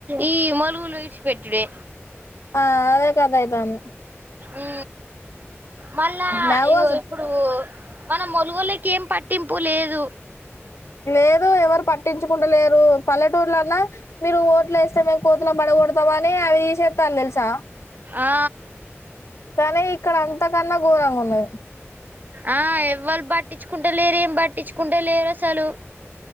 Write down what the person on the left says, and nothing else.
ఆ అదే కథ ఐతాంది.
మ్యాంగోస్
లేదు ఎవరు పట్టించుకుంటలేరూ. పల్లెటూరులల్ల మీరు ఓట్లు వేస్తే మేము కోతులను పడగొడతమనీ అవి తీశేత్ తాన్లు తెలుసా.
కానీ ఇక్కడన్ అంత కన్నా ఘోరంగున్నది.